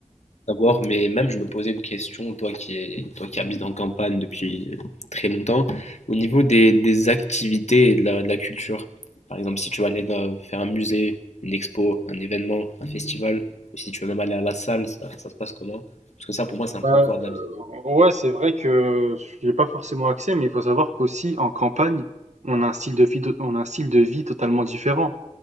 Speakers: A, on the left (about 65°); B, on the right (about 65°).
A: savoir. Mais même, je me posais une question, toi qui, es- toi qui habites en campagne depuis euh, très longtemps, au niveau des, des activités et de la, de la culture. Par exemple, si tu vas aller dans- faire un musée, une expo, un événement, un festival, ou si tu veux même aller à la salle, ça, ça se passe comment? Parce que ça, pour moi, c'est un
B: Hum.
A: point fort
B: Ouais, c'est vrai que j'ai pas forcément accès, mais il faut savoir qu'aussi en campagne, on a un style de vie, on a un style de vie totalement différent.